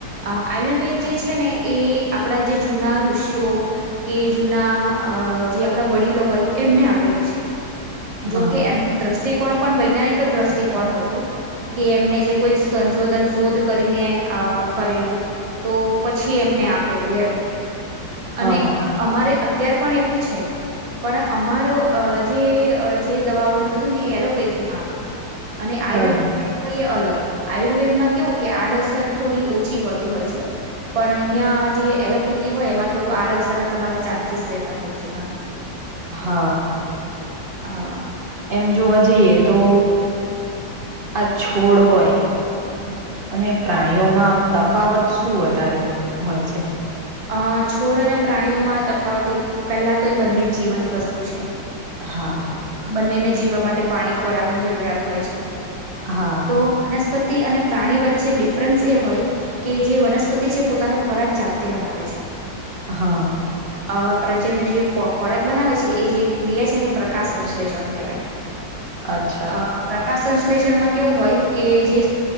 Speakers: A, on the right (about 65°); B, on the right (about 40°).
A: આયુર્વેદ જે છે, ને એ આપડા જે જૂના ઋષિઓ કે જૂના જે આપણા વડીલો હોય એમને આપેલું છે, જોકે
B: હા
A: એમનું દ દ્રષ્ટિકોણ પણ વૈજ્ઞાનિક જ દ્રષ્ટિકોણ હતું. કે એમને જે કોઈ સંશોધન શોધ કરીને કરેલું તો પછી એમને ને આપેલું એમ
B: હા
A: અને
B: હા
A: અમારે અત્યાર પણ એવું છે. પણ અમારો જે જે દવાઓ ને બધું ને એ એલોપેથી માં આવે અને આયુર્વેદ
B: બરાબર
A: હોઈ અલગ. આયુર્વેદ માં કેવું કે આડઅસર થોડી ઓછી હોતી હોય છે. પણ અહિયાં જે એલોપેથી હોય એમાં થોડું આડઅસર ના તમારા ચાન્સીસ રહેતા હોય છે, ઘણા
B: હા,
A: હા
B: એમ જોવા જઈએ તો આ છોડ હોય
A: હમ.
B: અને પ્રાણીઓમાં આમ તફાવત શું વધારે હોય છે?
A: અ છોડ અને પ્રાણીઓમાં તફાવત એ પહેલા તો એ બંને જ જીવંત વસ્તુ છે.
B: હા
A: બંનેને જીવવા માટે પાણી ખોરાક ની જરૂરત હોય છે.
B: હા
A: તો મને વનસ્પતિ અને પ્રાણી વચ્ચે ડિફરન્સ એ હોય કે જે વનસ્પતિ છે, પોતાનો ખોરાક જાતે જાતે બનાવે છે.
B: હા.
A: અ પ્રજવને જે ખોરાક બનાવે છે, એ જે ક્રિયા છે ને પ્રકાશ સંશ્લેષણ કહેવાય.
B: અચ્છા
A: અ પ્રકાશન વિશ્લેષણમાં કેવું હોય કે જે